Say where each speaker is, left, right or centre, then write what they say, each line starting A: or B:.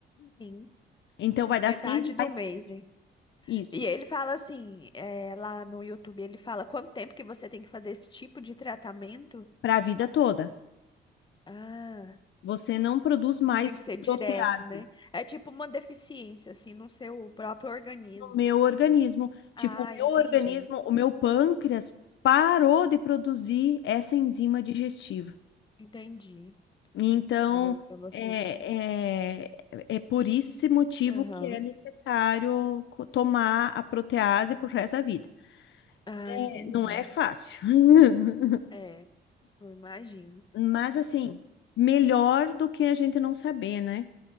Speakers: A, on the left; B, on the left.
A: Sim.
B: Então vai dar
A: Metade
B: 100
A: do
B: reais
A: mês,
B: por mês.
A: né?
B: Isso,
A: E ele fala assim, é, lá no YouTube, ele fala quanto tempo que você tem que fazer esse tipo de tratamento?
B: para a vida toda.
A: Ah,
B: Você não produz mais
A: tem que ser direto,
B: protease.
A: né? É tipo uma deficiência, assim, no seu próprio organismo.
B: no meu organismo. Tipo,
A: Ah,
B: o meu
A: entendi,
B: organismo, o meu pâncreas parou de produzir essa enzima digestiva.
A: entendi.
B: Então,
A: Olha aí pra você
B: é,
A: ver.
B: é, é por esse motivo
A: Aham.
B: que é necessário co- tomar a protease pro resto da vida.
A: Ah,
B: É,
A: entendi.
B: não é fácil, <laughs>
A: É, eu imagino.
B: mas assim, melhor do que a gente não saber, né?